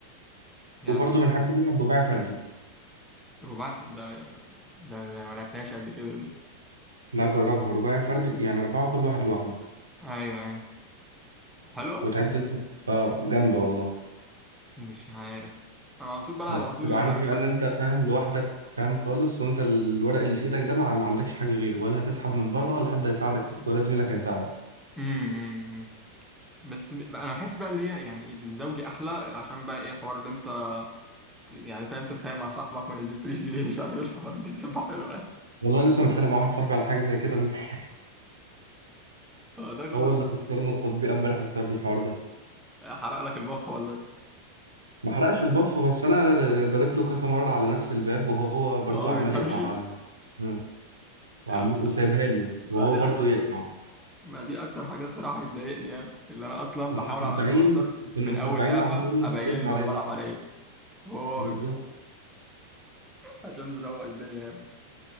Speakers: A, in the centre; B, on the right (about 75°).
A: يعني
B: وبرضو بنحب نلعب رباعي فردي
A: رباعي ده ده ده انا ما لعبتهاش قبل كده دي
B: لا جربها رباعي فردي يعني أربعة كل واحد لوحده
A: ايوه ايوه حلوه
B: وتعد انت- اه جامدة والله
A: مش عارف انا على طول بلعب
B: بس
A: على طول
B: تبقى
A: اللي
B: عارف
A: بلعب.
B: بقى إن أنت
A: ب-
B: فاهم لوحدك فاهم خالص وأنت الورق اللي في إيدك ده ما ما عندكش حاجة غيره ولا هتسحب من بره ولا حد هيساعدك ولا زميلك هيساعدك
A: امم أمم، أمم. بس ب- انا بحس بقى اللي هي يعني الزوجي احلى عشان بقى ايه حوار اللي انت يعني فاهم تتخانق مع صاحبك ما نزلتليش دي ليه مش عارف ايه الحوار دي بتبقى حلوه يعني
B: والله لسه متخانق مع واحد صاحبي على حاجة زي كده امبارح.
A: هو
B: <laughs>
A: ده كله
B: هو اللي خسرنا التطبيق امبارح بسبب الحوار ده
A: حرق لك البفه ولا ايه
B: ما حرقش البف بس أنا ضارب له كذا مرة على نفس الباب وهو برضو
A: هو ما
B: عمال
A: بيفهمش
B: يقطع عليا آه. وعمال
A: يعني
B: وسايبها له
A: ما
B: وهو
A: دي
B: برضو
A: اكتر
B: يقطع
A: ما دي اكتر حاجه الصراحه بتضايقني يعني اللي انا اصلا
B: كنا
A: بحاول
B: مسبعين
A: على قد ما اقدر
B: كنا
A: من
B: مسبعين
A: اول لعبه
B: وعمال يقول له
A: ابين
B: انت بتقفل عليا
A: له انا بلعب
B: ليه؟
A: على ايه هو
B: بالظبط
A: عشان نروق الدنيا يعني